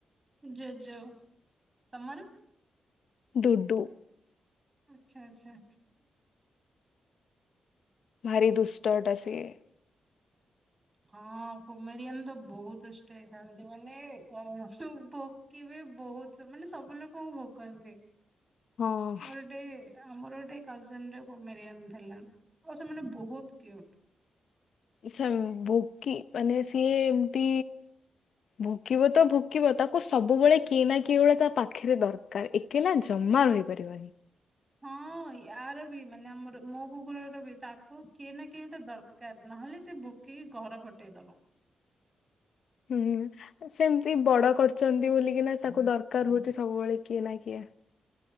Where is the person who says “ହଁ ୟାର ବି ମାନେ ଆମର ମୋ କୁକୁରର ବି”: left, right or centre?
Right